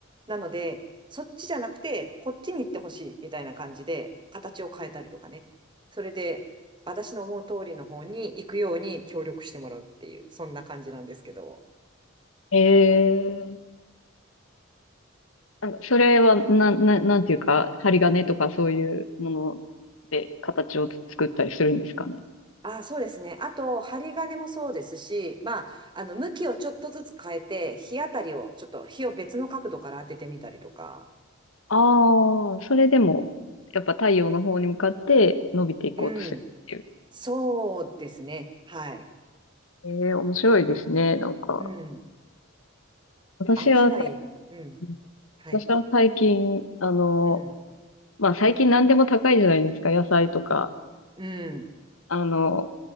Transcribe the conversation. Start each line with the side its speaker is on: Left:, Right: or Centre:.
Right: なので、そっちじゃなくて、こっちに行ってほしいみたいな感じで、形を変えたりとかね。それで、私の思う通りの方に行くように協力してもらうっていう、そんな感じなんですけど。
Left: ええ、なんかそれは、な、な、なんていうか、針金とかそういうもので形を作ったりするんですかね。
Right: ああ、そうですね。あと、針金もそうですし、まあ、あの、向きをちょっとずつ変えて、日当たりを、ちょっと日を別の角度から当ててみたりとか。
Left: ああ、それでも、やっぱ太陽の方に向かって伸びていこうとするっていう。
Right: うん。そうですね。はい。
Left: ええ、面白いですね、なんか。
Right: うん。
Left: 私は最
Right: 飽きない。うん。
Left: 近、
Right: はい。
Left: 私は最近、あの、
Right: うん。
Left: まあ最近何でも高いじゃないですか、野菜とか。
Right: うん。
Left: あの、